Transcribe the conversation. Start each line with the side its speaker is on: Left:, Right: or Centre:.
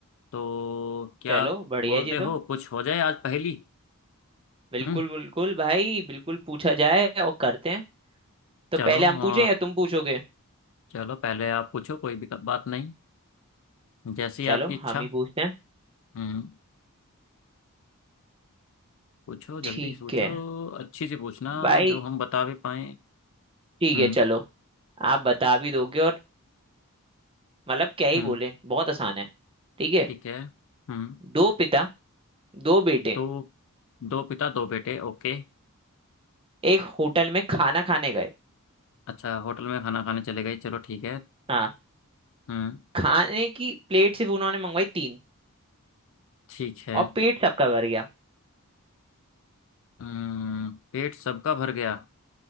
Left: तो क्या
Right: चलो बढ़िया
Left: बोलते
Right: जी तो
Left: हो कुछ हो जाए आज पहेली
Right: बिल्कुल
Left: हम्म
Right: बिल्कुल भाई बिल्कुल पूछा जाए और करते हैं तो
Left: चलो
Right: पहले
Left: अ,
Right: हम पूछें या तुम पूछोगे
Left: चलो पहले आप पूछो कोई भी बात नहीं जैसी
Right: चलो
Left: आपकी इच्छा
Right: हम ही पूछते हैं
Left: हम्म पूछो
Right: ठीक
Left: जल्दी पूछो
Right: है
Left: अच्छी सी पूछना
Right: भाई
Left: जो हम बता भी पाए
Right: ठीक
Left: हम्म
Right: है चलो आप बता भी दोगे और मतलब क्या ही
Left: हम्म
Right: बोले बहुत आसान है ठीक है
Left: ठीक है हम्म
Right: दो पिता दो बेटे
Left: दो दो पिता दो बेटे ओके
Right: एक होटल में खाना खाने गए
Left: अच्छा होटल में खाना खाने चले गए चलो ठीक है
Right: हाँ
Left: हम्म
Right: खाने की प्लेट सिर्फ उन्होंने मंगवाई तीन
Left: ठीक है
Right: और पेट सबका भर गया
Left: हम्म पेट सबका भर गया